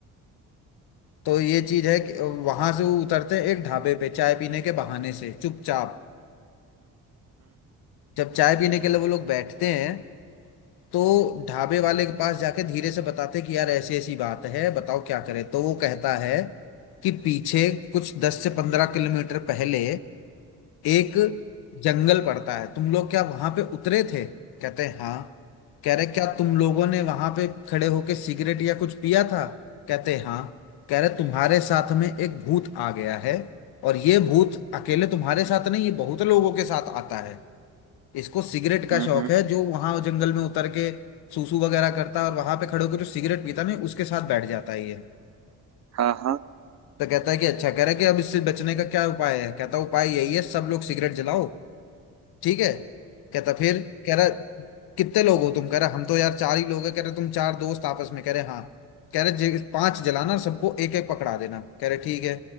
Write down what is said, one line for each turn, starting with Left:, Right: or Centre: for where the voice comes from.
Left: तो ये चीज है कि वहां से वो उतरते हैं एक ढाबे पे चाय पीने के बहाने से चुपचाप जब चाय पीने के लिए वो लोग बैठते हैं तो ढाबे वाले के पास जाके धीरे से बताते कि यार ऐसी ऐसी बात है बताओ क्या करें तो वो कहता है कि पीछे कुछ दस से पंद्रह किलोमीटर पहले एक जंगल पड़ता है तुम लोग क्या वहां पे उतरे थे कहते हैं हाँ कह रहे क्या तुम लोगों ने वहां पे खड़े होके सिगरेट या कुछ पिया था कहते हैं हाँ कह रहे तुम्हारे साथ में एक भूत आ गया है और ये भूत अकेले तुम्हारे साथ नहीं ये बहुत लोगों के साथ आता है इसको सिगरेट का
Right: हम्म
Left: शौक
Right: हम्म
Left: है जो वहां जंगल में उतर के सूसू वगैरह करता है और वहां पे खड़े होकर जो सिगरेट पीता नहीं उसके साथ बैठ जाता है ये
Right: हाँ हाँ
Left: तो कहता है कि अच्छा कह रहा है कि अब इससे बचने का क्या उपाय है कहता है उपाय यही है सब लोग सिगरेट जलाओ ठीक है कहता फिर कह रहा कितने लोग हो तुम कह रहा हम तो यार चार ही लोग है कह रहे तुम चार दोस्त आपस में कह रहे हाँ कह रहे जे- पांच जलाना सबको एक एक पकड़ा देना कह रहे ठीक है